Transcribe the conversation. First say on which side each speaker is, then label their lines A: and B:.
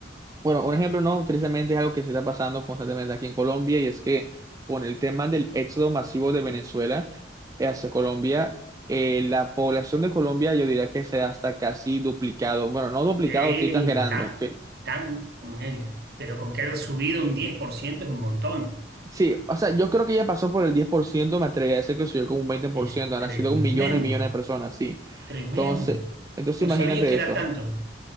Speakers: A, on the right; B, on the right.
A: Bueno, un ejemplo no, tristemente es algo que se está pasando constantemente aquí en Colombia y es que con el tema del éxodo masivo de Venezuela hacia Colombia, eh, la población de Colombia yo diría que se ha hasta casi duplicado. Bueno, no duplicado,
B: Eh,
A: estoy exagerando.
B: tan,
A: que-
B: tan, ponele. Pero con que haya subido un 10% es un montón.
A: Sí, o sea, yo creo que ya pasó por el 10%, me atrevería a decir que subió como un veinte por
B: Es
A: ciento. han
B: tremendo,
A: nacido millones y millones de personas, sí.
B: tremendo.
A: Entonces, entonces
B: No
A: imagínate
B: sabía que
A: esto.
B: era tanto.